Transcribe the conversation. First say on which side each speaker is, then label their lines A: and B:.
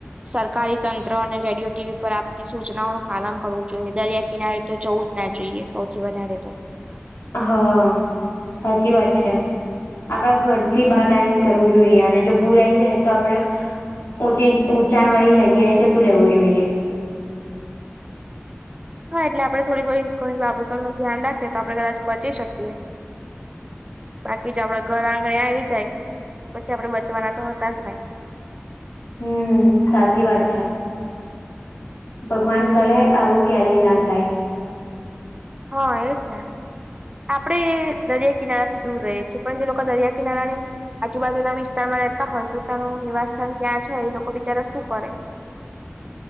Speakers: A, on the right; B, on the left.
A: સરકારી તંત્ર અને રેડિયો ટીવી પર આપતી સૂચનાઓ પાલન કરવું જોઈએ, દરિયાકિનારે તો જવું જ ના જોઈએ સૌથી વધારે તો.
B: હન, સાચી વાત છે. આપડા ઘરથી બહાર ના નીકરવું જોઈએ, અને જો પુરા આઈ જાય તો આપડે ઉચી ઊંચાણ વાળી જગ્યાએ જતું રહેવું જોઈએ.
A: હા એટલે આપણે થોડી ઘણી બાબતોનું ધ્યાન રાખીએ તો આપણે કદાચ બચી શકીએ. બાકી જો આપડા ઘર આંગણે આઈ જાય, પછી આપડે બચવાના તો હતા જ નઈ.
B: હમ સાચી વાત છે, ભગવાન કરે આવું ક્યારેય ના થાય.
A: હઅ, એજ ને. આપડે દરિયાકિનારાથી દૂર રહીએ છીએ, પણ જે લોકા દરિયાકિનારાની આજુબાજુના વિસ્તારમાં રહેતા હોય પોતાનું નિવાસસ્થાન ત્યાં છે એ લોકો બિચારા શું કરે?